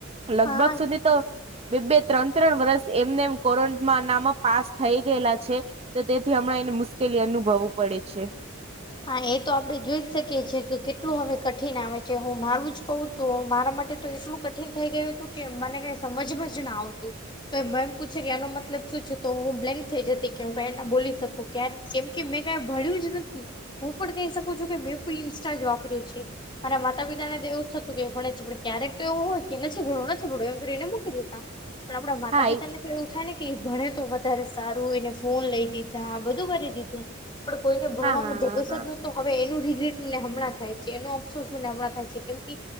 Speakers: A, on the right; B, on the left.
A: લગભગ
B: હા
A: સુધી તો બે બે ત્રણ ત્રણ વર્ષ એમને એમ કોરોમા નામાં પાસ થઈ ગયેલા છે. તો તેથી હમણાં એને મુશ્કેલી અનુભવવું પડે છે.
B: હા એ તો આપડે જોઈ જ શકીએ છે કે કેટલું હવે કઠિન આવે છે. હું મારું જ કહું તો મારા માટે તો એટલું કઠિન થઈ ગયું હતું કે મને કઈ સમજમાં જ ના આવતું કોઈ મેમ પૂછે કે એનો મતલબ શું છે તો હું બ્લેન્ક થઈ જતી કે હું કઈ ના બોલી શકું ક્યાર કેમ કે મેં કઈ ભણ્યું જ નથી હું પણ કહી શકું છું કે મેં પણ ઇન્સ્ટા જ વાપર્યું છે. મારા માતા ને તો એવું જ થતું કે ભણે છે ભણે છે પણ ક્યારેક તો એવું હોય, કે નથી ભણવું નથી ભણવું એમ કરીને મૂકી દેતા. પણ આપડા માતા
A: હા
B: પિતા ને તો એવું થાય ને કે ભણે તો વધારે સારું એને ફોન લઈ દીધા બધું કરી દીધું પણ કોઈને ભણવામાં
A: હા
B: જગસ
A: હા
B: નોતું. હવે એનું રિગ્રેટ મને હમણાં થાય છે, એનો અફસોસ મને હમણાં થાય છે, કેમ કે